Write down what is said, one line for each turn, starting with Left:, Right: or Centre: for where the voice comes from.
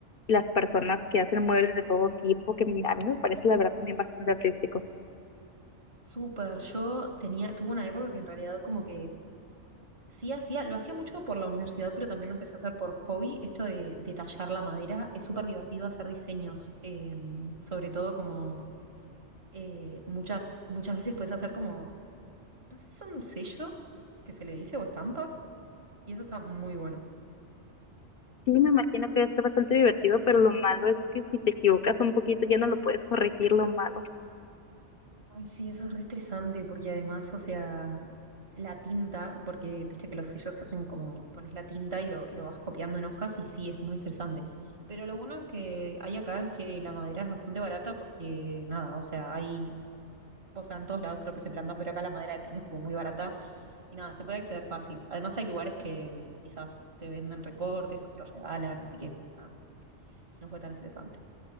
Left: las personas que hacen muebles de todo tipo, que m- a mí me parece la verdad también bastante artístico.
Right: Súper, yo tenía, tuve una época que en realidad como que sí hacía, lo hacía mucho por la universidad, pero también lo empecé a hacer por hobby. Esto de, de tallar la madera, es súper divertido hacer diseños, eh, sobre todo como eh, muchas, muchas veces puedes hacer como, no sé si son sellos que se le dice o estampas, y eso está muy bueno.
Left: Sí, me imagino que debe ser bastante divertido, pero lo malo es que si te equivocas un poquito ya no lo puedes corregir lo malo.
Right: Ay, sí, eso es re estresante porque además, o sea, la tinta, porque viste que los sellos se hacen como pones la tinta y lo, lo vas copiando en hojas y sí, es muy estresante. Pero lo bueno que hay acá es que la madera es bastante barata porque nada, o sea, hay, o sea, en todos lados creo que se plantan, pero acá la madera de pino es como muy barata y nada, se puede acceder fácil. Además hay lugares que quizás te venden recortes, otros regalan, así que nada, no fue tan estresante.